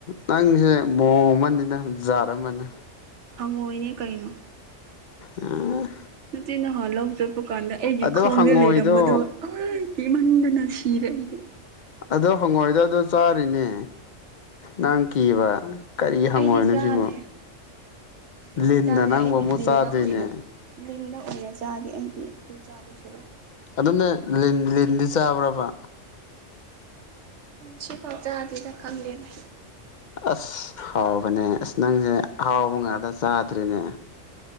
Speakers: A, on the left (about 55°); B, on the right (about 65°).
A: ꯅꯪꯁꯦ ꯃꯑꯣꯡ ꯑꯃꯅꯤꯅ ꯖꯥꯠ ꯑꯃꯅꯤ
B: ꯍꯪꯉꯣꯏꯅꯦ ꯀꯩꯅꯣ
A: ꯑꯝ꯫
B: ꯅꯨꯆꯤ ꯅꯍꯥꯟ ꯂꯧ ꯆꯠꯄ ꯀꯥꯟꯗ ꯑꯩꯒꯤ
A: ꯑꯗꯣ
B: ꯈꯣꯡꯁꯦ
A: ꯍꯪꯉꯣꯏꯗꯣ
B: ꯂꯩꯔꯝꯕꯗꯣ꯫ ꯀꯃꯟꯗꯅ ꯁꯤꯔꯩꯗꯤ
A: ꯑꯗꯣ ꯍꯪꯉꯣꯏꯗ ꯑꯗꯨ ꯆꯥꯔꯤꯅꯦ ꯅꯪ ꯀꯤꯕ ꯀꯔꯤ ꯍꯪꯉꯣꯏꯅꯣ
B: ꯑꯩꯗꯤ ꯆꯥꯗꯦ
A: ꯁꯤꯕꯨ
B: ꯑꯩꯗꯤ
A: ꯂꯤꯗ
B: ꯆꯥꯗꯦ
A: ꯅꯪꯕ
B: ꯑꯩꯗꯤ
A: ꯑꯃꯨꯛ
B: ꯂꯤꯟꯗ
A: ꯆꯥꯗꯣꯏꯅꯦ
B: ꯑꯣꯏꯅ ꯂꯤꯟꯗ ꯑꯣꯏꯅ ꯆꯥꯒꯦ ꯑꯩꯗꯤ ꯑꯗꯨꯝ ꯆꯥꯗꯣꯏꯁꯔꯣ
A: ꯑꯗꯨꯅꯦ ꯂꯤ ꯂꯤꯟꯗꯤ ꯆꯥꯕ꯭ꯔꯕ
B: ꯁꯤ ꯐꯥꯎꯖ ꯑꯗꯤꯗ ꯈꯝꯂꯤꯅ
A: ꯑꯁ ꯍꯥꯎꯕꯅꯦ ꯑꯁ ꯅꯪꯁꯦ ꯑ ꯍꯥꯎꯕ ꯉꯥꯛꯇ ꯆꯥꯗ꯭ꯔꯤꯅꯦ